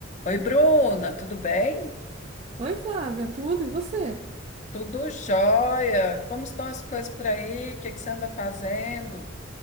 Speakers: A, on the left; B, on the right.
A: Oi, Bruna, tudo bem?
B: Oi, Flávia, tudo e você?
A: Tudo jóia. Como estão as coisas por aí? O que que você anda fazendo?